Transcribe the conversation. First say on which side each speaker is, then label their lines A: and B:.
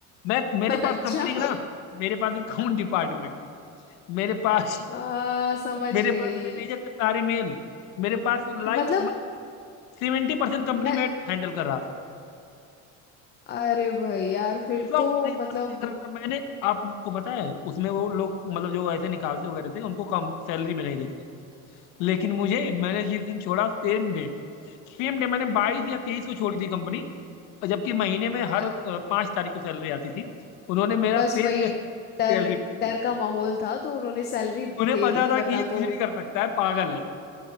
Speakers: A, on the left; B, on the left.
A: मैं मेरे
B: अच्छा
A: पास कंपनी का ना मेरे पास अकाउंट डिपार्टमेंट मेरे पास
B: आ, समझ
A: मेरे
B: गई
A: पास मैनेजर के सारे मेल मेरे पास लाइक
B: मतलब
A: समझ सेवेंटी परसेंट कंपनी
B: मैं
A: में हैंडल कर रहा था
B: अरे भाई यार फिर
A: पूरा
B: तो
A: ऑपरेशन
B: मतलब
A: मैं देख रहा था मैंने आपको पता है उसमें वो लोग मतलब जो ऐसे निकालते वगैरह थे उनको कम सैलरी में नहीं देते थे लेकिन मुझे मैंने जिस दिन छोड़ा सेम डे सेम डे मैंने बाईस या तेईस को छोड़ी थी कंपनी जबकि महीने में हर
B: अ-
A: पांच तारीख को सैलरी आती थी उन्होंने मेरा
B: बस
A: सेम
B: वही
A: डे सैलरी
B: डर
A: दी
B: डर
A: थी
B: का माहौल था तो उन्होंने सैलरी दे
A: उन्हें पता
B: दी
A: था
B: वरना
A: कि ये कुछ
B: तो
A: भी कर सकता है पागल है